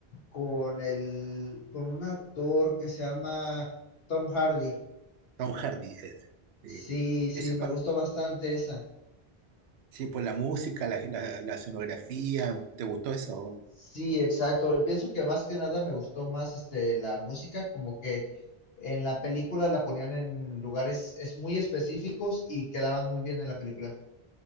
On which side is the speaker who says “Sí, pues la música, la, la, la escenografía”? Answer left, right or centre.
Right